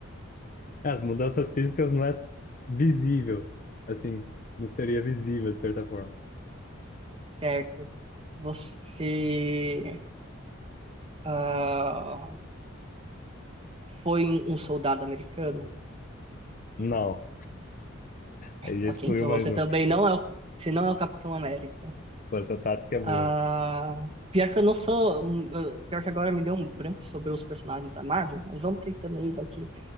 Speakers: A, on the left; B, on the right.
A: As mudanças físicas não é visível. Assim, não seria visível, de certa forma.
B: certo. Você ah, foi um um soldado americano?
A: Não. Aí já
B: Ok,
A: excluiu
B: então
A: mais
B: você
A: um.
B: também não é o, você não é o Capitão América.
A: Pô, essa tática é boa.
B: Ah, pior que eu não sou. hum, ah, Pior que agora me deu um branco sobre os personagens da Marvel, mas vamos tentando aí, vai que